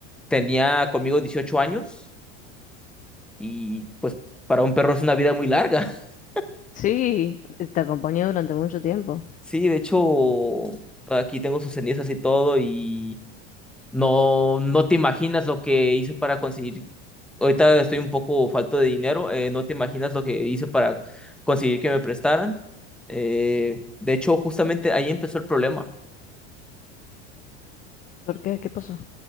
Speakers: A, in the centre; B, on the left.
A: tenía conmigo 18 años y pues para un perro es una vida muy larga. <laughs>
B: sí, te acompañé durante mucho tiempo.
A: Sí, de hecho, aquí tengo sus cenizas y todo y no, no te imaginas lo que hice para conseguir. Ahorita estoy un poco falto de dinero, eh, no te imaginas lo que hice para conseguir que me prestaran. Eh, de hecho, justamente ahí empezó el problema.
B: ¿Por qué? ¿Qué pasó?